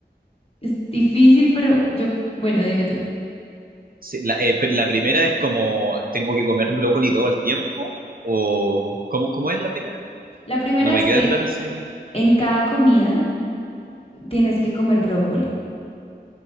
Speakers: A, on the left (about 30°); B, on the right (about 55°).
A: Es difícil, pero yo, bueno, dime tú.
B: Sí, la, eh, pe- la primera es como, ¿tengo que comer brócoli todo el tiempo? ¿O cómo, cómo es la primera?
A: La primera
B: No me
A: es que
B: queda claro si...
A: en cada comida tienes que comer brócoli